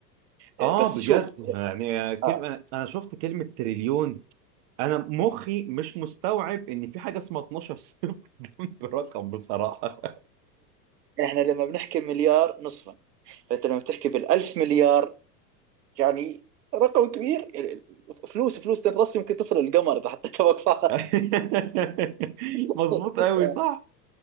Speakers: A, on the right; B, on the right.
A: اه
B: آه، بس
A: بجد
B: شوف
A: يعني كلمه
B: آه،
A: انا أنا شفت كلمه تريليون انا مخي مش مستوعب ان في حاجه اسمها 12 صفر جنب رقم بصراحه
B: احنا لما بنحكي مليار نصفا فانت لما بتحكي بالألف مليار يعني رقم كبير يعني فلوس فلوس تنرص يمكن تصل القمر اذا حطيتها وقفات
A: <laughs>
B: <laughs>
A: مظبوط قوي صح